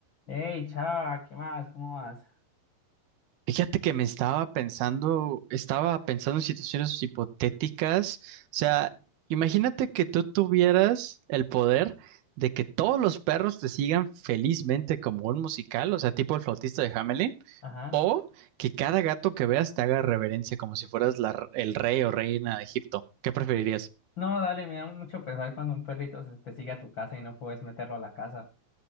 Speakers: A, on the left; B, on the right.
A: Hey, chava, ¿qué más? ¿Cómo vas?
B: Fíjate que me estaba pensando, estaba pensando en situaciones hipotéticas. O sea, imagínate que tú tuvieras el poder de que todos los perros te sigan felizmente como un musical, o sea, tipo el flautista de Hamelin,
A: Ajá.
B: o que cada gato que veas te haga reverencia como si fueras la r- el rey o reina de Egipto. ¿Qué preferirías?
A: No, dale, me da mucho pesar cuando un perrito se- te sigue a tu casa y no puedes meterlo a la casa.